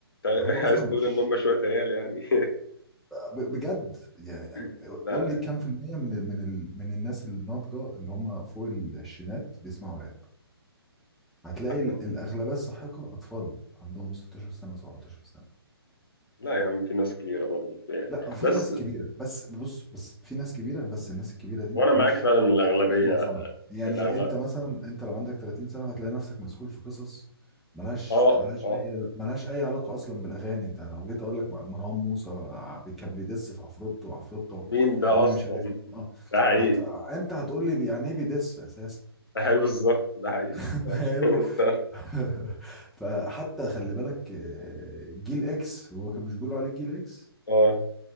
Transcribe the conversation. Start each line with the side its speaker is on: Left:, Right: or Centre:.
Left: انت <laughs>
Centre: هو اصلا
Left: عايز تقول
Centre: مش
Left: ان هم شوية عيال يعني
Centre: ب- بجد يعني أم-
Left: <laughs> لا
Centre: قول لي كام في المية من ال- من ال... من الناس الناضجة اللي هم فوق العشرينات بيسمعوا راب هتلاقي
Left: ده احنا
Centre: ال- الأغلبية الساحقة أطفال عندهم 16 سنة و17 سنة
Left: لا يا عم في ناس كبيرة برضه يعني.
Centre: لا في
Left: بس
Centre: ناس كبيرة بس بص بس في ناس كبيرة بس الناس الكبيرة دي
Left: وانا معاك
Centre: مش
Left: فعلا الاغلبية
Centre: مش معظمها يعني
Left: الاغلب
Centre: أنت مثلا أنت لو عندك 30 سنة هتلاقي نفسك مسحول في قصص ملهاش
Left: اه
Centre: ملهاش
Left: اه
Centre: أي ملهاش أي علاقة أصلا بالأغاني أنت لو جيت أقول لك مروان موسى كان بيدس في عفروتو عفروتو
Left: مين ده
Centre: قال لي
Left: اصلا
Centre: مش عارف
Left: <laughs>
Centre: مين أه
Left: ده حقيقي
Centre: هت... أنت هتقول لي يعني إيه بيدس أساسا
Left: ده حقيقي بالظبط ده حقيقي
Centre: <laughs>
Left: فعلا.
Centre: فاهم
Left: <laughs> ف-
Centre: <laughs> فحتى خلي بالك آه، جيل اكس هو كان مش بيقولوا عليه جيل اكس
Left: اه